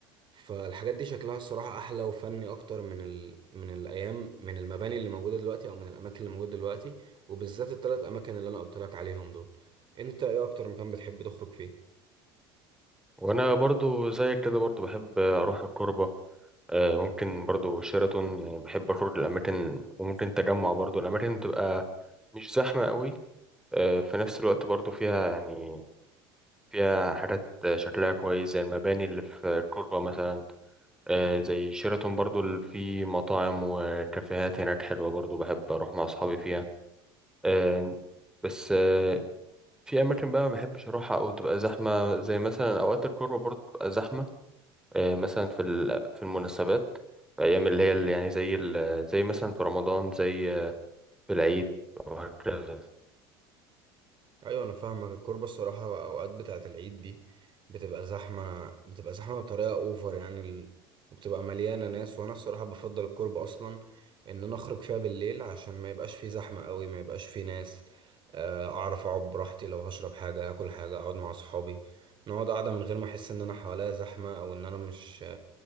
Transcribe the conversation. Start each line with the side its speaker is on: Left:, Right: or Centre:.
Right: فالحاجات دي شكلها الصراحة أحلى وفني أكتر من ال... من الأيام من المباني اللي موجودة دلوقتي أو من الأماكن اللي موجودة دلوقتي وبالذات التلات اماكن اللي انا قلت لك عليهم دول انت ايه اكتر مكان بتحب تخرج فيه
Centre: وانا برضو زيك كده برضو بحب اروح الكوربة آه، ممكن برضو شيراتون يعني بحب اخرج الاماكن وممكن تجمع برضو الاماكن بتبقى مش زحمة قوي آه، في نفس الوقت برضو فيها يعني فيها حاجات شكلها كويس زي المباني اللي في الكوربة مثلا آه، زي شيراتون برضو اللي فيه مطاعم وكافيهات هناك حلوة برضو بحب اروح مع اصحابي فيها آه، بس آه، في اماكن بقى ما بحبش اروحها او تبقى زحمه زي مثلا اوقات القرى برضه بتبقى زحمه آه، مثلا في ال- في المناسبات في ايام اللي هي اللي يعني زي ال- زي مثلا في رمضان زي آه، في العيد وهكذا
Right: ايوه انا فاهمك الكوربه الصراحه اوقات بتاعه العيد دي بتبقى زحمه بتبقى زحمه بطريقه اوفر يعني ال... وبتبقى مليانه ناس وانا الصراحه بفضل الكوربه اصلا ان انا اخرج فيها بالليل عشان ما يبقاش فيه زحمه قوي ما يبقاش فيه ناس آه، اعرف اقعد براحتي لو هشرب حاجه اكل حاجه اقعد مع اصحابي نقعد قاعده من غير ما احس ان انا حواليا زحمه او ان انا مش